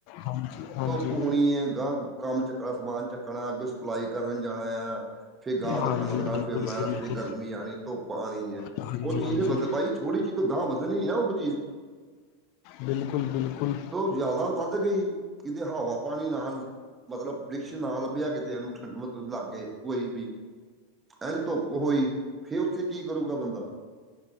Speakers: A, on the left; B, on the right.
A: ਹਾਂਜੀ। ਹਾਂਜੀ
B: ਧੁੱਪ ਹੋਣੀ ਆ, ਗਾਹਕ ਕੰਮ ਚੱਕਣਾ, ਸਮਾਨ ਚੱਕਣਾ, ਅੱਗੋ ਸਪਲਾਈ ਕਰਨ ਜਾਣਾ ਆ ਫੇਰ ਗਾਂਦ
A: ਹਾਂਜੀ
B: ਖਾਨਾ ਦੁਕਾਨ
A: ਬਿਲਕੁਲ
B: ਫਿਰ ਮੈੰ
A: ਬਿਲਕੁਲ
B: ਤਸਤੇ, ਗਰਮੀ ਆਣੀ, ਧੁੱਪ ਆਣੀ ਏ,
A: ਹਾਂਜੀ
B: ਉਹ ਚੀਜ਼
A: ਹਾਂਜੀ
B: ਏ ਬਸ ਭਾਜੀ ਥੋੜੀ ਜਿਹੀ ਤ ਗਾਂਹ ਵਧਣੀ ਏ ਉਹ ਚੀਜ਼
A: ਬਿਲਕੁਲ-ਬਿਲਕੁਲ।
B: ਜਾਈਦਾ ਵੱਧ ਗਈ, ਕਿਤੇ ਹਵਾ-ਪਾਣੀ ਨਾਲ ਮਤਲਬ ਬ੍ਰਿਕਸ਼ ਨਾ ਲੱਭਿਆ ਕਿਤੇ, ਓਹਨੂੰ ਠੰਡੂ ਮਗ ਲਾਗੇ ਕੋਈ ਵੀ ਐਨ ਧੁੱਪ ਹੋਈ, ਫੇਰ ਉੱਥੇ ਕੀ ਕਰੂਗਾ ਬੰਦਾ।